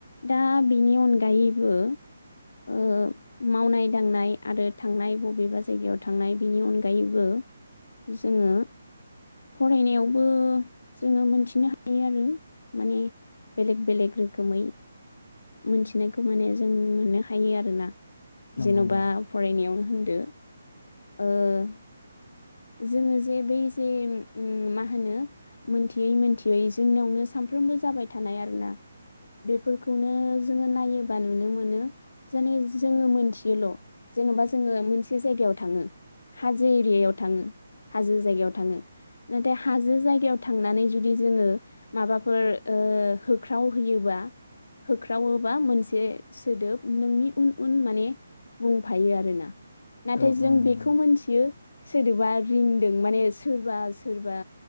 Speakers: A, on the left; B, on the left.
A: दा बिनि अनगायैबो ओ मावनाय दांनाय आरो थांनाय बबेबा जायगायाव थांनाय बिनि अनगायैबो, जोङो फरायनायावबो, जोङो मोनथिनो हायो आरो माने बेलेग बेलेग रोखोमै, मोनथिनायखौ माने जों मोननो हायो आरोना।
B: नंगौ
A: जेन'बा
B: नंगौ
A: फरायनायावनो होन <unintelligible> ओ जोङो जे बै जे उम मा होनो? मोनथियै मोनथियै जोंनियावनो सानफ्रोमबो जाबाय थानाय आरोना बेफोरखौनो जोङो नायोबा नुनो मोनो जेन' जोङो मोनथियोल' जेनेबा जोङो मोनसे जायगायाव थाङो, हाजो एरियायाव थाङो, हाजो जायगायाव थाङो, नाथाय हाजो जायगायाव थांनानै जुदि जोङो माबाफोर ओ होख्राव हैयोबा होख्रावोबा मोनसे सोदोब नोंनि उन उन माने बुंफायो आरोना। नाथाय
B: औ
A: जों
B: औ नंगौ
A: बेखौ मोनथियो, सोदोबा रिंदों माने सोरबा सोरबा